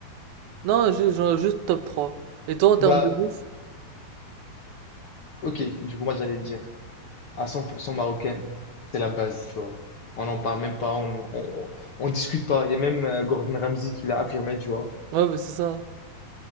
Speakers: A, on the right; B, on the left.
A: Non, juste, genre, juste top trois Et toi, en termes
B: Bah
A: de bouffe?
B: ok, du coup moi j'allais le dire. à 100% marocaine. C'est la base, tu vois. On n'en parle même pas, on, on, on discute pas. Il y a même euh, Gordon Ramsay qui l'a affirmé, tu vois.
A: Ouais, bah, c'est ça.